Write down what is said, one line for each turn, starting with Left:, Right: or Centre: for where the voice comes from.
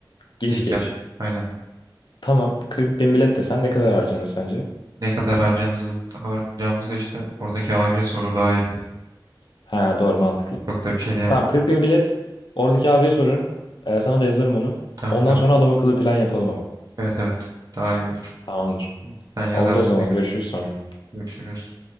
Left: Gidiş
Right: Git
Left: geliş.
Right: gel. Aynen.
Left: Tamam 40 bin bilet desen ne kadar harcanır sence?
Right: Ne kadar harcanız, harcayacağımızı da işte oradaki abiye soru daha iyi bilir.
Left: Ha doğru mantıklı.
Right: Çok da bir şey diyemem.
Left: Tamam 40 bin bilet. Oradaki abiye sorarım. Ee, sana da yazarım onu.
Right: Tamam
Left: Ondan
Right: tamam.
Left: sonra adam akıllı plan yapalım ama.
Right: Evet evet. Daha iyi olur.
Left: Tamamdır.
Right: Sen yazarsın
Left: Oldu o zaman
Right: tekrar.
Left: görüşürüz sonra.
Right: Görüşürüz.